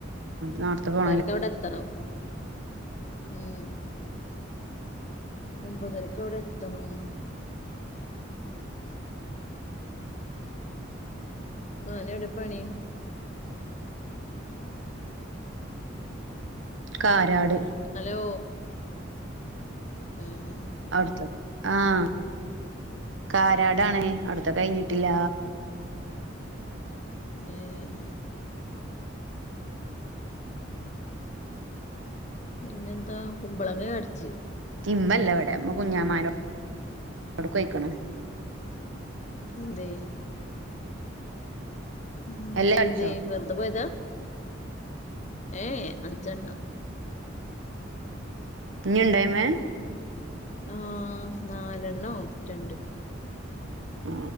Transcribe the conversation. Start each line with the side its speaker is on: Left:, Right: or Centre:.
Right: നേർത്തെ പോണല്ലേ
Left: വർക്കവിടെ എത്തണം ഉം ഒമ്പതരക്ക് അവിടെ എത്തണം നാളെ എവിടെപ്പണി?
Right: കാരാട്
Left: ഹലോ ആഹ
Right: അവിടുത്ത ആഹ കാരാടാണ് അവിടുത്തെ കഴിഞ്ഞിട്ടില്ല
Left: ഉം പിന്നെന്താ കുമ്പളങ്ങ അടിച്ച്
Right: ഉമ്മല്ല വടെ മ്മ കുഞ്ഞമാൻ്റോട്ക്ക് പൊയ്ക്ക്ണ്
Left: എന്തെ? ഉം
Right: എല്ലാം ചായുടിച്ചോ
Left: എന്തെ വെറുതെ പോയതാ ഏ അഞ്ചെണ്ണം
Right: നിഞുണ്ടായി്മ
Left: ആ നാലെണ്ണോ രണ്ട്
Right: ആ